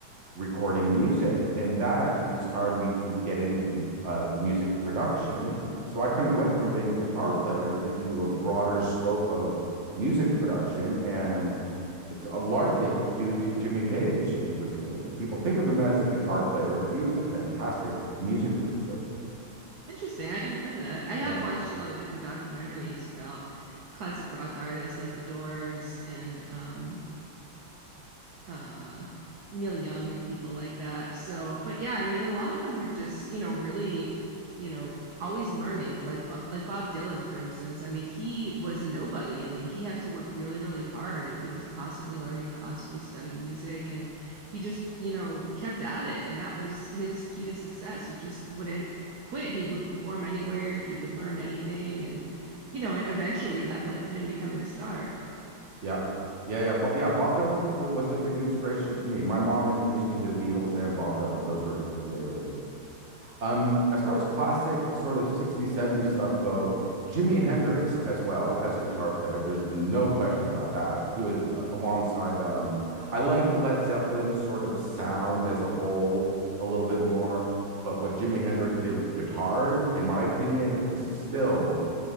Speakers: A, on the right (about 35°); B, on the right (about 55°).
A: recording music. And that actually inspired me to get into uh, music production. So I kind of went from being a guitar player into a broader scope of music production. And it's uh, largely due to Jimmy Page, interestingly. People think of him as a guitar player, but he was a fantastic music producer.
B: Interesting. I didn't know that. I have
A: Yeah.
B: watched a lot of different documentaries about classic rock artists like The Doors and um, uh Neil Young and people like that. So, but yeah, I mean, a lot of them were just, you know, really, you know, always learning. Like, Bo- like Bob Dylan, for instance. I mean, he was a nobody. I mean, he had to work really, really hard, and he was constantly learning, constantly studying music, and he just, you know, kept at it. And that was his key to success. He just wouldn't quit. He would perform anywhere. He would learn anything, and you know, and eventually that led to him becoming a star.
A: Yeah. Yeah, yeah, Bo- yeah. Bob Dylan t- w- was a big inspiration to me. My mom introduced me to the Beatles and Bob Dylan. Those were her two favorites. Um, as far as classic sort of 60s, 70s stuff go, Jimi Hendrix as well as a guitar player. There's no question about that. He was uh, alongside um I liked Led Zeppelin's sort of sound as a whole a little bit more, but what Jimi Hendrix did with guitar, in my opinion, is still